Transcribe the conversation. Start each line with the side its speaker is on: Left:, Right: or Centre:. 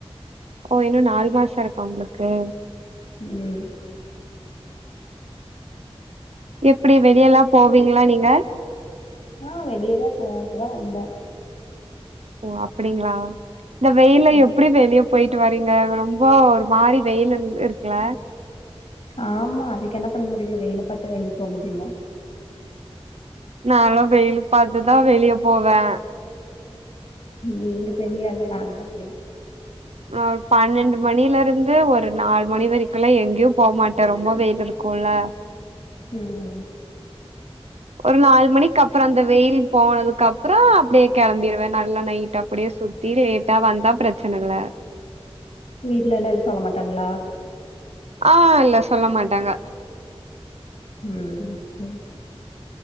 Right: ஓ இன்னு நாலு மாச இருக்கா உங்களுக்கு
Left: உம்
Right: எப்டி வெளியலா போவீங்ளா நீங்க
Left: ஆஹ் வெளியதா போவே இப்ப தா வந்தே
Right: ஓ அப்டிங்ளா இந்த வெயில்ல
Left: ம்
Right: எப்டி வெளிய போயிட்டு வர்றீங்க ரொம்ப ஒரு மாறி வெயிலு இருக்குல
Left: ஆமா அதுக்கு என்ன பண்ண முடியு வெயில பாத்த வெளிய போ முடிமா
Right: நாலா வெயிலு பாத்துதா வெளிய போவே
Left: நீங்க பெரிய ஆளு நாங்களா அப்டி
Right: நா ஒரு பன்னெண்டு மணில இருந்து ஒரு நாலு மணி வரைக்குலா எங்கேயு போமாட்டே ரொம்ப வெயில் இருக்குல்ல
Left: உம் உம்
Right: ஒரு நாலு மணிக்கு அப்ற அந்த வெயில் போனதுக்கப்றோ அப்டியே கெளம்பிருவே நல்லா நைட் அப்டியே சுத்தி லேட்டா வந்தா பிரச்சன இல்ல
Left: வீட்லெல்லா எதுவு சொல்ல மாட்டாங்ளா
Right: ஆஹ் இல்ல சொல்ல மாட்டாங்க
Left: உம் செரி